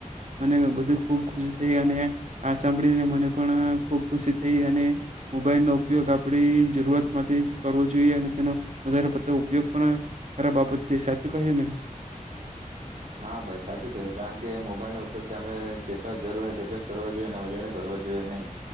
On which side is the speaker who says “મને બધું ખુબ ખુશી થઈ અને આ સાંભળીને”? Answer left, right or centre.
Right